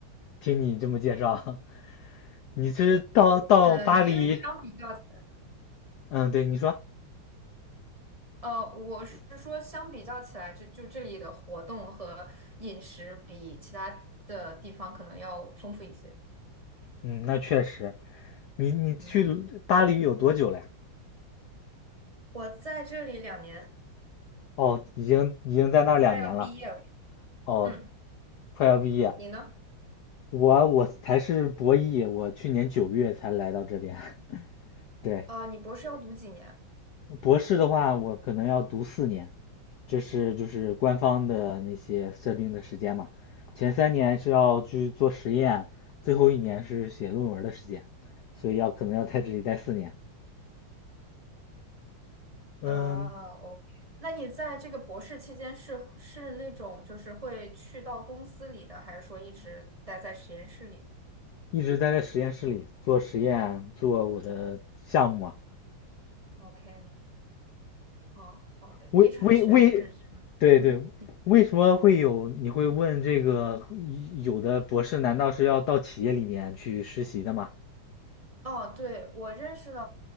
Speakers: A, on the left; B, on the right.
A: 听你这么介绍，<laughs> 你是到到巴黎，
B: 呃，因为相比较起来。
A: 嗯，对，你说。
B: 呃，我是说，相比较起来，就就这里的活动和饮食比其他的地方可能要丰富一些。
A: 嗯，那确实，你你去巴黎有多久了呀？
B: 嗯我在这里两年，
A: 哦，已经已经在那儿两年了。
B: 快要毕业了。
A: 哦，
B: 嗯，
A: 快要毕业。
B: 你呢？
A: 我我才是博一，我去年九月才来到这边。<laughs> 对，
B: 呃，你博士要读几年？
A: 博士的话，我可能要读四年，这是就是官方的那些设定的时间嘛。前三年是要去做实验，最后一年是写论文的时间，所以要可能要在这里待四年。嗯，
B: 呃，OK，o k 那你在这个博士期间是是那种就是会去到公司里的，还是说一直待在实验室里？
A: 一直待在实验室里做实验，做我的项目啊。
B: OK，明哦，好的，
A: 为为为，
B: 遗传学是什么？
A: 对对，
B: 嗯。
A: 为什么会有？你会问这个？有的博士难道是要到企业里面去实习的吗？
B: 哦，对，我认识的